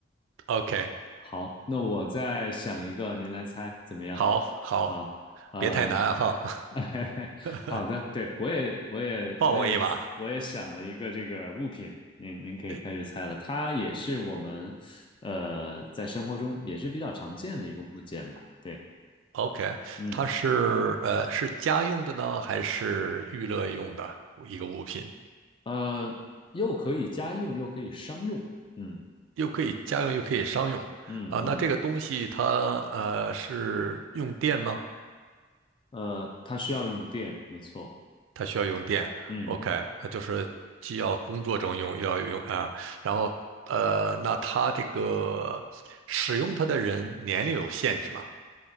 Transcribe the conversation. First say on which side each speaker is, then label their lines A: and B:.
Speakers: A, on the right; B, on the left.
A: ，OK，
B: 好，那我再想一个，您来猜怎么样？
A: 好，好，
B: 好，嗯，
A: 别太难哈，
B: <laughs>
A: <laughs>
B: 好的，对，我也，我也，
A: 放我一马
B: 我也，我也想了一个这个物品，您您可以开始猜了。
A: <laughs>
B: 它也是我们，呃，在生活中也是比较常见的一个物件吧？对，
A: ，OK，
B: 嗯，
A: 它是呃是家用的呢，还是娱乐用的一个物品？
B: 呃，又可以家用，又可以商用，嗯
A: 又可以家用又可以商用啊。
B: 嗯嗯，
A: 那这个东西它呃是用电吗？
B: 呃，它需要用电，没错，
A: 它需要用电。
B: 嗯
A: OK，那就是既要工作中用，又要用啊、然后呃，那它这个使用它的人年龄有限制吗？